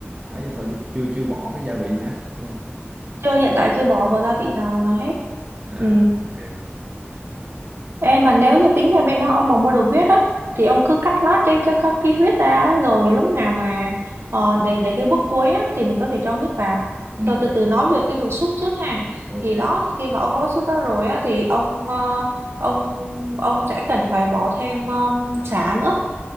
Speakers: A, on the right (about 35°); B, on the right (about 70°).
A: ấy vô thôi chứ chưa chưa bỏ cái gia vị gì hết đúng không?
B: chưa hiện tại chưa bỏ vào gia vị nào nó hết
A: À
B: ừ.
A: ok.
B: Ê mà nếu như tính ra bên đó ông mà mua được huyết á thì ông cứ cắt lát cái cái cái, cái huyết ra á, rồi lúc nào mà ờ, để để cái bước cuối á thì mình có thể cho huyết vào.
A: Ừ
B: Tôi từ từ nói về cái việc xúc trước ha.
A: ok.
B: Thì đó khi mà ông có xúc đó rồi á thì ông ờ, ông ông sẽ cần phải bỏ thêm um, sả nữa.